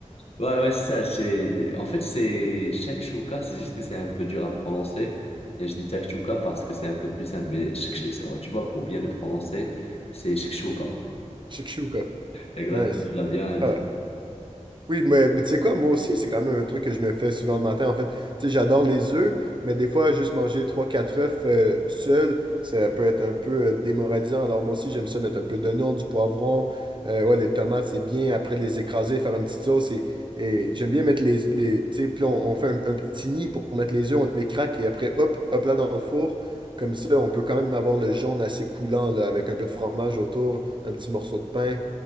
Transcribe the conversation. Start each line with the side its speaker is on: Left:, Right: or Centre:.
Left: Ouais, ouais, c'est ça. J'ai... En fait, c'est shakshuka, c'est juste que c'est un peu dur à prononcer. Et je dis shakshuka parce que c'est un peu plus simple. Mais shk- tu vois, pour bien le prononcer, c'est shakshuka.
Right: <laughs> Shakshuka,
Left: Exactement,
Right: nice.
Left: tu l'as bien dit.
Right: Ah, Oui, mais, mais tu sais quoi, moi aussi, c'est quand même un truc que je me fais souvent le matin. En fait, tu sais, j'adore les œufs, mais des fois, juste manger trois quatre œufs euh, seuls, ça peut être un peu euh, démoralisant. Alors, moi aussi, j'aime ça mettre un peu d'oignon, du poivron. Euh, ouais, les tomates, c'est bien. Après, les écraser, faire une petite sauce. Et, et j'aime bien mettre les. les tu sais, puis on, on fait un, un petit nid pour mettre les œufs, on les craque et après, hop, hop là dans le four. Comme ça, on peut quand même avoir le jaune assez coulant, là, avec un peu de fromage autour, un petit morceau de pain.